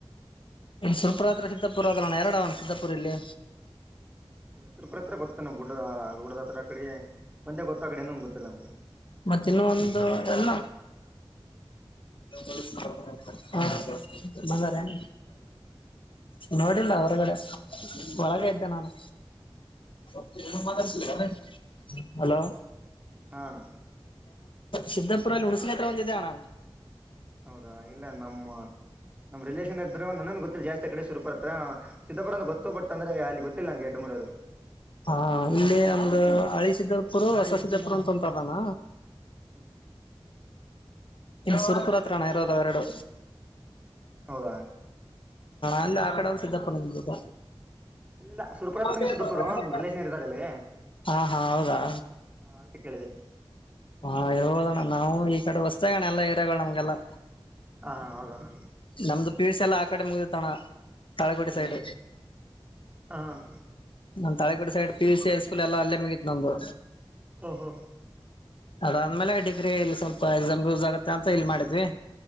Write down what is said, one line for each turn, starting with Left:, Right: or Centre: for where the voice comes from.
Left: ಇಲ್ಲಿ ಸುರಪುರ ಹತ್ರ ಸಿದ್ದಪುರ ಅದಲ್ಲಣ್ಣ ಎರಡ ಆವ ಅಣ್ಣ ಸಿದ್ದಪುರ ಇಲ್ಲಿ.
Right: ಇಲ್ಲ ಸುರಪುರ ಹತ್ರ ಗೊತ್ತ ನಮ್ ಗುಡ್ಡ ಗುಡ್ಡದ ಹತ್ರರ ಕಡೆ ಒಂದ ಗೊತ್ತ ಕಡೆ ಇನ್ನೊಂದು ಗೊತ್ತಿಲ್ಲ ನಮಗೆ.
Left: ಮತ್ತ ಇನ್ನೊಂದು ಎಲ್ಲ. <unintelligible> ಬಂದರೇನು. ನೋಡಿಲ್ಲ ಹೊರಗಡೆ ಒಳಗೆ ಇದ್ದ ನಾನು. <unintelligible> ಹಲೋ
Right: ಹ್ಹಾ ಅಣ್ಣ.
Left: ಸಿದ್ಧಪುರಲ ಹುಣಸಿಗಿ ಹತ್ರ ಒಂದು ಇದೆ ಅಣ್ಣ.
Right: ಹೌದಾ ಇಲ್ಲ ನಮ್ಮ ನಮ್ಮ್ ರಿಲೇಷನ್ ಇದ್ರು ನನಗ ಗೊತ್ತಿಲ್ಲ ಜಾಸ್ತಿ ಆ ಕಡೆ ಸುರಪುರ ಹತ್ರ. ಸಿದ್ದಾಪುರಂತ ಗೊತ್ತು ಬಟ್ ಅಂದ್ರೆ ಗೊತ್ತಿಲ್ಲಂಗೆಡ್ಡರದು.
Left: ಹಾ ಇಲ್ಲಿ ಒಂದು ಹಳಿ ಸಿದ್ದಪುರ್ ಹೊಸ ಸಿದ್ದಪುರ್ ಅಂತ ಅಂತದಾನ.
Right: ಹ್ಮ್ ಹ್ಮ್
Left: ಇಲ್ಲಿ ಸುರಪುರ ಹತ್ರ ಅಣ್ಣ ಇರೋದ ಅವೆರಡೂ.
Right: ಹೌದಾ
Left: ಅಲ್ಲೇ ಆ ಕಡೆ ಒಂದ ಸಿದ್ದಾಪುರ <unintelligible>
Right: ಇಲ್ಲ ಇಲ್ಲ ಸುರ್ಪುರ
Left: <unintelligible>
Right: ಹತ್ರನೇ ಸುದ್ದಾಪುರ ನಮ್ಮ ರಿಲೇಷನ್ ಇರ್ತಾರೆ ಅಲ್ಲಿ
Left: ಹಾ ಹಾ ಹೌದಾ
Right: ಹಾ ಅದ್ಕೆ ಕೇಳಿದೆ.
Left: ಹಾ ಇರಬೋದಣ್ಣ ನಾವು ಈ ಕಡೆ ಹೊಸ್ತಾಗಣ ಎಲ್ಲ ಏರಿಯಾಗಳು ನಮ್ಗೆಲ್ಲಾ.
Right: ಹಾ ಹಾ ಹೌದಣ್ಣ.
Left: ನಮ್ದು ಪಿಯುಸಿ ಎಲ್ಲ ಆ ಕಡೆ ಮುಗಿಡಿತಣ್ಣ ತಾಳಿಕೋಟೆ
Right: ಇಲ್ಲಿ
Left: ಸೈಡ್.
Right: ಹಾಂ ಹಾಂ
Left: ನಮ್ Talikote side P U C high school ಎಲ್ಲ ಅಲ್ಲೇ ಮಗಿತ್ ನಂದು.
Right: ಹೋ ಹೋಂ.
Left: ಅದಾದ್ಮೇಲೆ ಡಿಗ್ರಿ ಇಲ್ಲಿ ಸ್ವಲ್ಪ ಎಕ್ಸಾಮ್ ಯೂಸ್ ಆಗತ್ತೆ ಅಂತ ಇಲ್ಲಿ ಮಾಡಿದ್ವಿ.